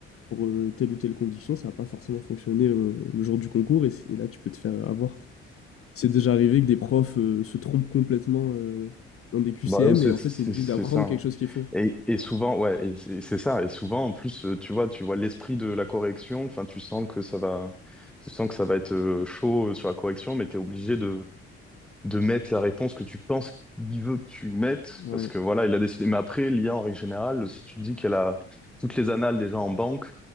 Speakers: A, on the left; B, in the centre.
A: pour euh, telle ou telle condition, ça va pas forcément fonctionner euh, le jour du concours et, c'est- et là tu peux te faire avoir. C'est déjà arrivé que des profs euh, se trompent complètement euh, dans des QCM
B: Bah euh, c'est
A: et en
B: c'est
A: fait t'es obligé
B: c'est
A: d'apprendre
B: ça.
A: quelque chose qui est faux.
B: Et, et souvent ouais, et c'est c'est ça. Et souvent en plus, euh, tu vois, tu vois l'esprit de la correction. Enfin, tu sens que ça va, tu sens que ça va être euh, chaud euh, sur la correction, mais t'es obligé de de mettre la réponse que tu penses qu'il veut que tu mettes,
A: Ouais.
B: parce que voilà, il a décidé. Mais après, l'IA, en règle générale, si tu dis qu'elle a toutes les annales déjà en banque,